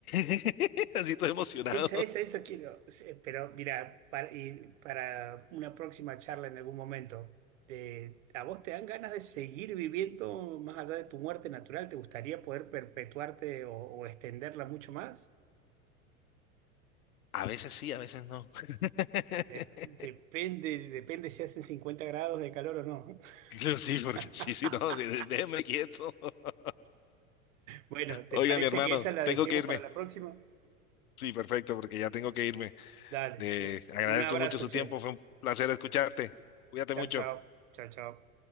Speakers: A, on the left (about 80°); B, on the right (about 60°).
A: <laughs> Así todo emocionado.
B: Esa, esa, esa quiero. Sí, pero mira, para, y para una próxima charla en algún momento, eh, ¿a vos te dan ganas de seguir viviendo más allá de tu muerte natural? ¿Te gustaría poder perpetuarte o, o extenderla mucho más?
A: A veces sí, a veces no. <laughs>
B: Dep- depende, depende si hacen 50 grados de calor o no.
A: Yo, Sí, porque
B: <laughs>
A: sí, sí, no, de- de- déjeme quieto. <laughs>
B: Bueno, ¿te
A: Oiga,
B: parece
A: mi hermano,
B: que esa la
A: tengo
B: dejemos
A: que irme.
B: para la próxima?
A: Sí, perfecto, porque ya tengo que irme.
B: Dale,
A: Eh,
B: un
A: agradezco
B: un abrazo,
A: mucho su
B: che.
A: tiempo, fue un placer escucharte. Cuídate
B: Chao,
A: mucho.
B: chao, chao, chao.